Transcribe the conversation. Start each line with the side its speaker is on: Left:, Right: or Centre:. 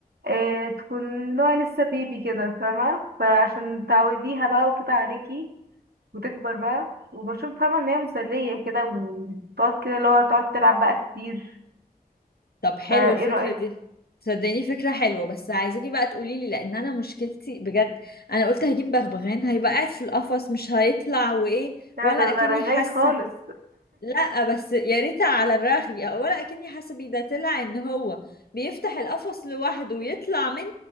Right: اه تكون لها لسه بيبي كده فاهمة فعشان تعوديها بقى وكده عليكي وتكبر بقى وبشوف فاهمة ان هي مسلية كده وتقعد كده اللي هو تقعد تلعب بقى كتير
Left: طب حلوه
Right: فايه
Left: الفكره
Right: رأيك
Left: دي صدقيني فكره حلوه بس عايزاكي بقى تقوليلي لان انا مشكلتي بجد انا قلت هجيب بغبغان هيبقى قاعد في القفص مش هيطلع وايه
Right: لا
Left: ولا
Right: ده
Left: اكني
Right: ده رغاي
Left: حاسه
Right: خالص
Left: لا بس يا ريت على الرغي ولا اكني حاسبي ده طلع ان هو بيفتح القفص لوحده ويطلع منه